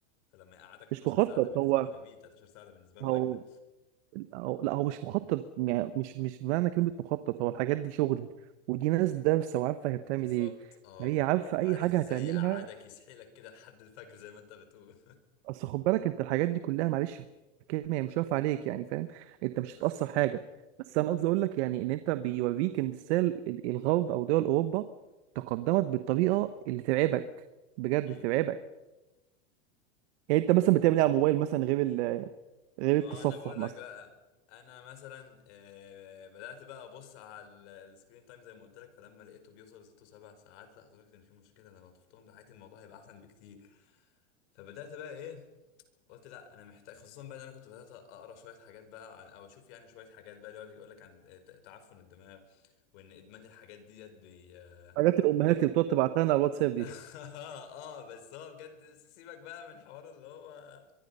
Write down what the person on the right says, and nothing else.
مش مخطط
هو
هو
هو- لا هو مش مخطط يعني مش مش بمعنى كلمه مخطط هو الحاجات دي شغل ودي ناس دارسه وعارفه هي بتعمل
ايه
هي عارفه
اي حاجه
هتعملها
اصل خد بالك انت الحاجات دي كلها معلش في الكلمه هي مش واقفه عليك يعني فاهم انت مش
هتاثر حاجه
بس انا قصدي اقول لك يعني ان انت بيوريك ان ازاي ال- الغرب او دول اوروبا تقدمت بالطريقه اللي ترعبك بجد
ترعبك يعني انت مثلا بتعمل ايه على الموبايل مثلا غير ال... غير
التصفح
مثلا
حاجات الامهات
اللي بتقعد تبعتها لنا على الواتساب دي